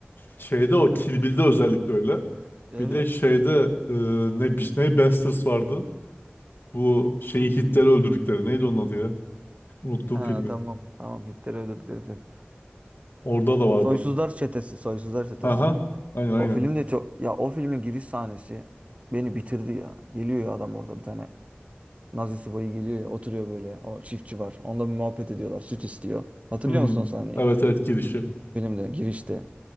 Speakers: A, on the left (about 60°); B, on the right (about 35°).
A: şeyde o Kill Bill'de özellikle öyle.
B: Evet.
A: Bir de şeyde e, ne bir ne Bastards vardı. Bu şeyi Hitler'i öldürdükleri. Neydi onun adı ya? Unuttum
B: Ha
A: filmi.
B: tamam. Tamam Hitler öldürdükleri film.
A: Orada da vardı.
B: Soysuzlar Çetesi. Soysuzlar Çetesi.
A: Aha. Aynen aynen.
B: O film de çok... Ya o filmin giriş sahnesi beni bitirdi ya. Geliyor ya adam orada bir tane. Nazi subayı geliyor ya oturuyor böyle. O çiftçi var. Onunla bir muhabbet ediyorlar. Süt istiyor. Hatırlıyor
A: Hmm.
B: musun o sahneyi?
A: Evet evet girişi.
B: Filmde girişte.